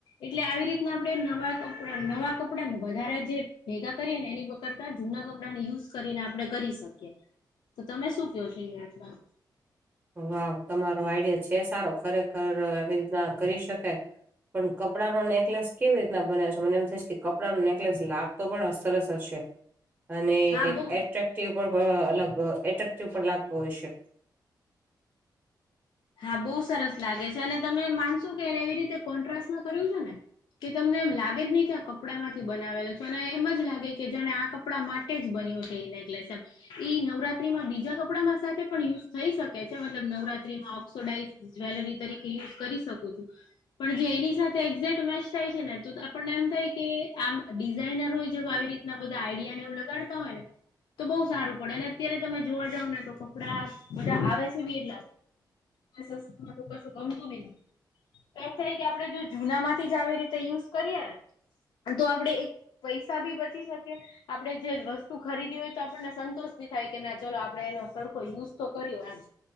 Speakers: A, on the left (about 80°); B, on the right (about 20°).
A: એટલે આવી રીતના આપણેે નવા કપડા, નવા કપડા વધારે જે ભેગા કરીએ ને એની. કરતા જૂના કપડાને યુઝ કરીને આપણે કરી શકીએ, તો તમે શું કહો છો એની વાતમાં.
B: વાવ, તમારો આઈડિયા છે સારો ખરેખર આવી રીતના કરી શકાય. પણ કપડાનો નેકલેસ કેવી રીતના બનાવે છે, મને એમ થઈ છે કે કપડાંનો નેકલેસ લાગ. તો પણ સરસ હશે. અને
A: હા
B: કંઈક
A: બો
B: એટ્રેક્ટિવ પણ અલગ એટ્રેક્ટિવ પણ લાગતો હોય છે.
A: હા બહુ સરસ લાગે છે, અને તમે માનશો કે એવી રીતે કોન્ટ્રાસ્ટ ના કર્યું છે ને. કે તમને એમ લાગે જ નહીં કે આ કપડાંમાંથી બનાવેલો છે, અને એમ જ લાગે કે જાને આ કપડાંમાં. <unintelligible> જ બન્યું છે એ નેકલેસ. ઈ નવરાત્રીમાં બીજા કપડામાં સાથે પણ યુઝ થઈ શકે છે, મતલબ નવરાત્રીમાં. <unintelligible> જ્વેલરી તરીકે યુઝ કરી શકો છો. પણ જે એની સાથે એક્ઝેક્ટ મેચ થાય છે ને, તો ત આપણને એમ થાય કે આમ ડિઝઇનરો જેવ આવી. ઘણાં બધા આઈડિયા ને એ લગાડતા હોય ને. તો બહુ સારું પડે, અને અત્યારે તમે જોવા જાવ ને તો કપડા બધા આવે છે બી એટલા. <inaudible> એમ થાય કે આપડે જો જુનામાંથી જ આવી રીતે યુઝ કરીએ, તો આપડે એક. પૈસા બી બચી શકે. આપડે જે વસ્તુ ખરીદી હોય તો આપણને સંતોષ ભી થાય કે ના ચલો આપડે એનો સરખો યુઝ તો કર્યો એમ.